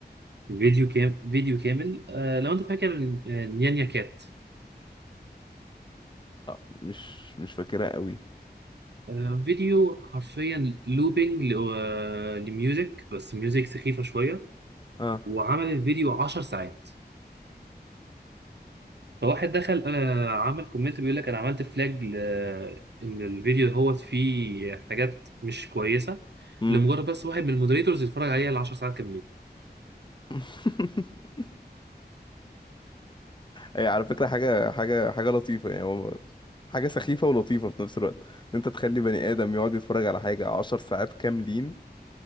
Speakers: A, on the right; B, on the left.
A: فيديو كام فيديو كامل آه، لو انت فاكر آه، نيانيا كات
B: آه مش مش فاكرها قوي
A: آه، فيديو حرفيا لوبينج لميوزك بس ميوزك سخيفة شوية
B: اه
A: وعمل الفيديو 10 ساعات فواحد دخل آه، عمل كومنت بيقول لك انا عملت فلاج ل... ان الفيديو هو فيه حاجات مش كويسة
B: امم
A: لمجرد بس واحد من المودريتورز يتفرج عليها ال 10 ساعات
B: <laughs> هي على فكرة حاجة حاجة حاجة لطيفة يعني هو حاجة سخيفة ولطيفة في نفس الوقت إن أنت تخلي بني آدم يقعد يتفرج على حاجة عشر ساعات كاملين